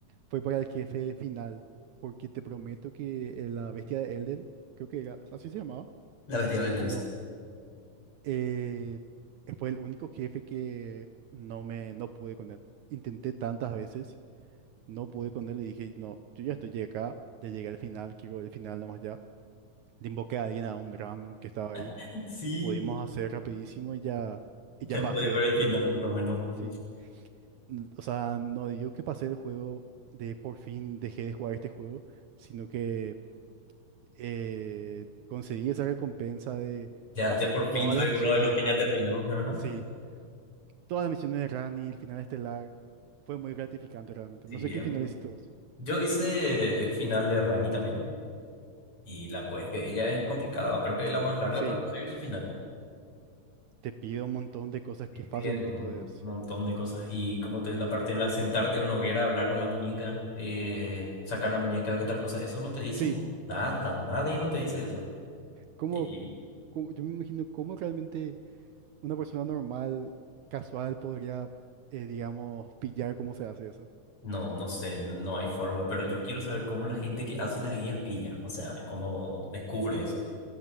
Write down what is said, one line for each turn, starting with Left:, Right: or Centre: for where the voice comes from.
Right: Fue para el jefe final, porque te prometo que eh, la bestia de Elden, creo que era, así se llamaba,
Left: La bestia de la
Right: o
Left: sí.
Right: eh, fue el único jefe que no me, no pude con él. Intenté tantas veces, no pude con él y dije, no, yo ya estoy acá, ya llegué al final, quiero el final nomás ya. Le invoqué a alguien a un random que estaba ahí,
Left: <laughs> Sí,
Right: pudimos hacer rapidísimo y ya, y
Left: ya
Right: ya pasé
Left: pude ver
Right: el
Left: el
Right: juego.
Left: final por lo menos.
Right: Sí, n- o sea, no digo que pasé el juego de por fin dejé de jugar este juego, sino que eh, conseguí esa recompensa de
Left: Ya,
Right: hacer
Left: ya por fin
Right: todas
Left: soy
Right: las
Left: uno
Right: misiones
Left: de los
Right: de
Left: que
Right: Rani.
Left: ya terminó. Ajá.
Right: Sí, todas las misiones de Rani, el final estelar. Fue muy gratificante realmente.
Left: Sí,
Right: No sé
Left: es
Right: qué final hiciste vos.
Left: Yo hice el final de Rani también. Y la quest que ella es complicada. Creo que es la más larga
Right: Sí,
Left: para conseguir su final.
Right: te pido un montón de cosas
Left: Y
Right: que
Left: tienen
Right: fácilmente
Left: un
Right: podés.
Left: montón de cosas. Y como te la parte en la sentarte en una hoguera, hablar con la muñeca, eh, sacar la muñeca, qué tal cosa. Eso no te dicen
Right: Sí,
Left: nada. Nadie no te dice eso.
Right: como,
Left: Y
Right: como- yo me imagino cómo realmente una persona normal, casual, podría, eh, digamos, pillar cómo se hace eso.
Left: no, no sé, no, no hay forma. Pero yo quiero saber cómo la gente que hace la guía pilla. O sea, cómo descubre eso.